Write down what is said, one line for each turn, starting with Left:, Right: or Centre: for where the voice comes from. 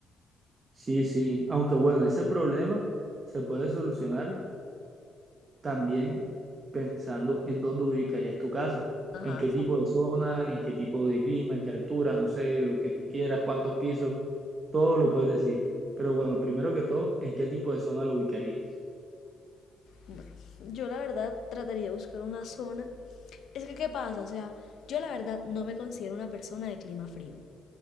Right: Sí, sí, aunque bueno, ese problema se puede solucionar también pensando en dónde ubicarías tu casa,
Left: Ajá.
Right: en qué tipo de zona, en qué tipo de clima, en qué altura, no sé, lo que tú quieras, cuántos pisos, todo lo puedes decir. Pero bueno, primero que todo, ¿en qué tipo de zona lo ubicarías?
Left: Bueno, yo la verdad trataría de buscar una zona. Es que, ¿qué pasa? O sea, yo la verdad no me considero una persona de clima frío,